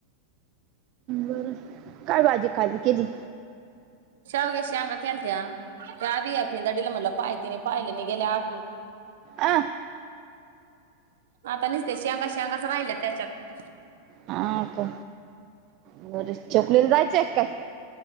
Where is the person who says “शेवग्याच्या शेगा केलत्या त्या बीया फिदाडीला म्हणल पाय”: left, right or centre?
Right